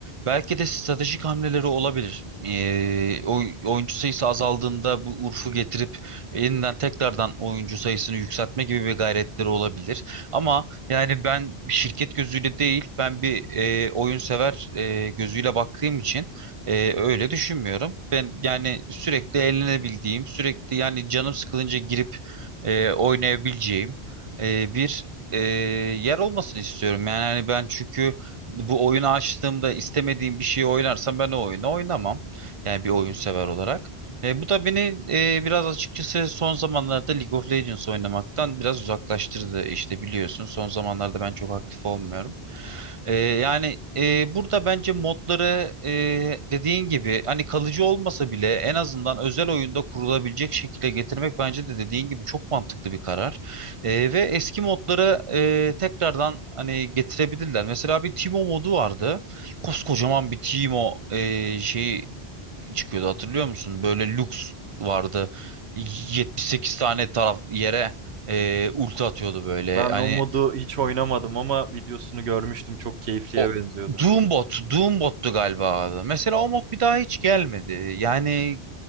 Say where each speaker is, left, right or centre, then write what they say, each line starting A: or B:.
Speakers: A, on the right; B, on the right.
A: belki de stratejik hamleleri olabilir. Ee, oy- oyuncu sayısı azaldığında bu Urf'u getirip yeniden tekrardan oyuncu sayısını yükseltme gibi bir gayretleri olabilir. Ama yani ben bir şirket gözüyle değil, ben bir e, oyun sever e, gözüyle baktığım için ee, öyle düşünmüyorum. Ben yani sürekli eğlenebildiğim, sürekli yani canım sıkılınca girip e, oynayabileceğim e, bir e, yer olmasını istiyorum. Yani hani ben çünkü bu oyunu açtığımda istemediğim bir şeyi oynarsam ben o oyunu oynamam. Yani bir oyun sever olarak. E, bu da beni e, biraz açıkçası son zamanlarda League of Legends oynamaktan biraz uzaklaştırdı. İşte biliyorsun son zamanlarda ben çok aktif olmuyorum. Ee, yani e, burada bence modları e, dediğin gibi hani kalıcı olmasa bile en azından özel oyunda kurulabilecek şekilde getirmek bence de dediğin gibi çok mantıklı bir karar. Ee, ve eski modları e, tekrardan hani getirebilirler. Mesela bir Timo modu vardı. Koskocaman bir Timo e, şeyi çıkıyordu hatırlıyor musun? Böyle Lux vardı. yetmiş sekiz tane taraf yere e, ulti atıyordu böyle.
B: Ben
A: Hani
B: o modu hiç oynamadım ama videosunu görmüştüm. Çok keyifliye
A: o
B: benziyordu.
A: Doombot, Doombot'tu galiba abi. Mesela o mod bir daha hiç gelmedi. Yani